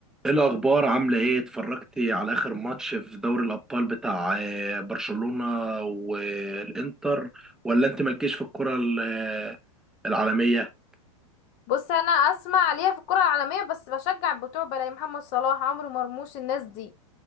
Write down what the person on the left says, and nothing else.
بص انا اسمع عليها في الكرة العالمية بس بشجع بتوع بلاي محمد صلاح عمرو مرموش الناس دي